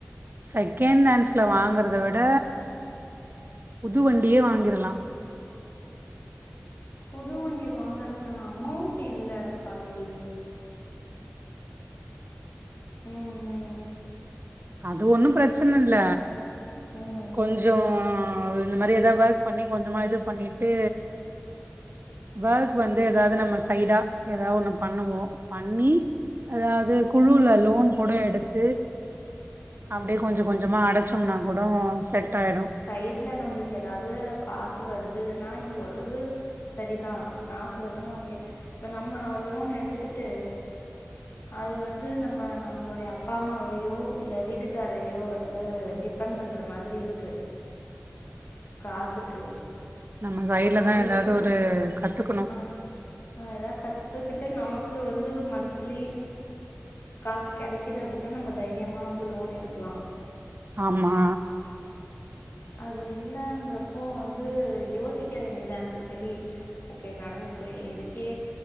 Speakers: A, on the right; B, on the left.
A: சை செகண்டண்டஸ்ல வாங்கறத விட புதுவண்டியே வாங்கிடலாம்
B: புது வண்டி வாங்கறதுக்கான அமோண்ட் இல்ல பவி உம் உம்
A: அது ஒன்னும் பிரச்சனை இல்ல
B: ம் ம்
A: கொஞ்சம் இந்த மாதிரி ஏதாவது ஒர்க் பண்ணி கொஞ்சமா இது பண்ணிட்டு ஒர்க் வந்து ஏதாவது நம்ம சைடா ஏதாவது ஒண்ண பண்ணுவோம் பண்ணி அதாவது குழுல லோன் கூட எடுத்து அப்டியே கொஞ்சம் கொஞ்சமா அடைச்சோம்னா கூட செட் ஆயிடும்
B: சைடுல நம்மளுக்கு ஏதாவது காசு வருது நா நீ சொல்றது சரிதான் காசு வருதுன்னு ஓகே இப்ப நம்ம லோன் எடுத்துட்டு அது வந்து நம்ம நம்மளுடைய அப்பா அம்மாவையோ இல்லை வீட்டுக்காரையோ வண் வந்து டிபெண்ட் பண்ணுற மாதிரி இருக்கு காசுக்கு
A: நம்ம சைட்ல
B: இப்ப நம்மளுக்கு
A: தான் ஏதாவது ஒரு கத்துக்கணும்
B: ஆ ஆ ஏதாவ கத்துக்கிட்டு நமக்கு வந்து மந்லி காசு கிடைக்குது அப்டின்னா நம தைரிய எம்ம வந்து லோன் எடுக்கலாம்
A: ஆம்மா
B: அது இல்லன்றப்போ வந்து யோசிக்க வேண்டியதா இருக்கு சரி ஓகே நடந்து போய் இதுக்கே